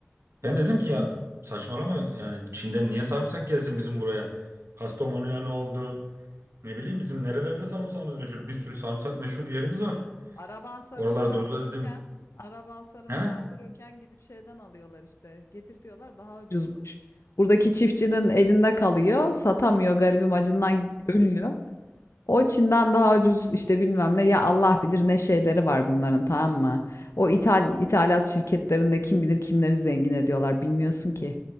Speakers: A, on the right (about 80°); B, on the left (about 85°).
A: Ben dedim ki ya saçmalama yani Çin'den niye sarımsak gelsin bizim buraya? Kastamonu'ya ne oldu? Ne bileyim bizim nerelerde sarımsağımız meşhur. Bir sürü sarımsak meşhur yerimiz var.
B: Araban sarımsağa
A: Oralara durdu
B: dururken,
A: da dedim.
B: araban sarımsağa
A: He?
B: dururken gidip şeyden alıyorlar işte. Getirtiyorlar daha ucuzmuş. Buradaki çiftçinin elinde kalıyor. Satamıyor garibim acından ölüyor. O Çin'den daha ucuz işte bilmem ne ya Allah bilir ne şeyleri var bunların tamam mı? O ithal, ithalat şirketlerinde kim bilir kimleri zengin ediyorlar bilmiyorsun ki.